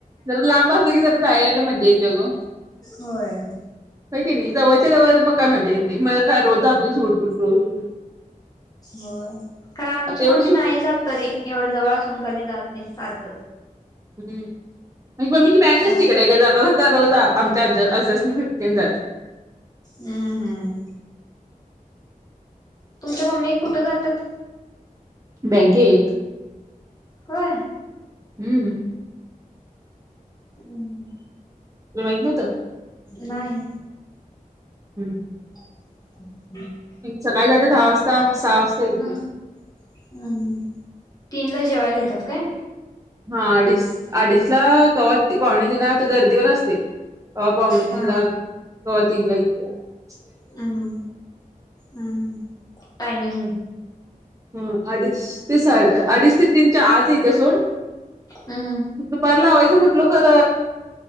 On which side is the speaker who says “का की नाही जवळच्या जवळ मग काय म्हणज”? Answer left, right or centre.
Right